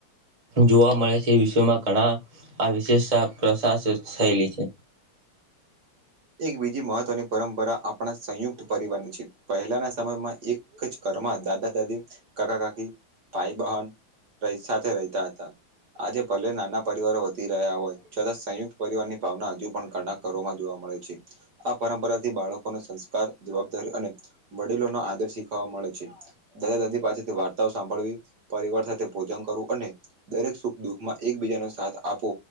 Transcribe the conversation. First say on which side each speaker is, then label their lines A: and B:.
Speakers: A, on the right; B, on the right.
A: જોવા મળે છે વિશ્વમાં ઘણા આ વિશેષતા પ્રસાસ થયેલી છે.
B: એક બીજી મહત્વની પરંપરા આપણા સંયુક્ત પરિવારની છે પહેલાના સમયમાં એક કજ કરમાં દાદા દાદી કાકા કાકી ભાઈ બહેન. સાથે રહેતા હતા આજે ભલે નાના પરિવારો વ તી રહ્યા હોય છતાં સંયુક્ત પરિવાર ની ભાવના હજુ પણ ઘણા કરમાં જોવા મળે. છે આ પરંપરાથી બાળકોને સંસ્કાર જવાબદારી અને વડીલોનો આદર શીખવા મળે છે. દાદા દાદી પાસેથી વાર્તાઓ સાંભળવી પરિવાર સાથે ભોજન કરવું અને દરેક સુખ દુખમાં એકબીજા નો સાથ આપો